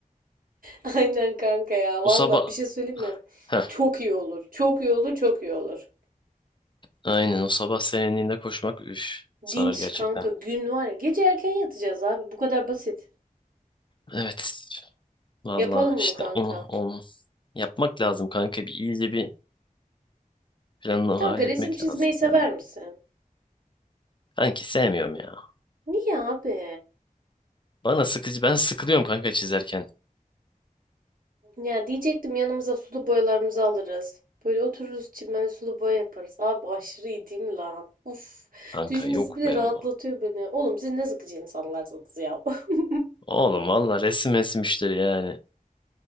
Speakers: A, on the right; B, on the left.
A: <laughs> Aynen kanka ya. Valla
B: O sabah
A: bir şey söyleyeyim mi?
B: Heh,
A: Çok iyi olur. Çok iyi olur. Çok iyi olur.
B: aynen o sabah serinliğinde koşmak üf sarar
A: Dinç
B: gerçekten.
A: kanka gün var ya. Gece erken yatacağız abi. Bu kadar basit.
B: Evet. Valla
A: Yapalım
B: işte
A: bunu kanka.
B: onu, onu yapmak lazım kanka. Bir iyice bir planını halletmek
A: Kanka resim çizmeyi
B: lazım
A: sever
B: ya.
A: misin?
B: Kanki sevmiyorum ya.
A: Niye abi?
B: Bana sıkıcı. Ben sıkılıyorum kanka çizerken.
A: Ya diyecektim yanımıza sulu boyalarımızı alırız. Böyle otururuz çimene sulu boya yaparız. Abi aşırı iyi değil mi lan? Uf.
B: Kanka
A: Düşüncesi
B: yok
A: bile
B: be
A: rahatlatıyor
B: oğlum.
A: beni. Oğlum siz ne sıkıcı insanlarsınız ya. <laughs>
B: Oğlum valla resim resim işleri yani.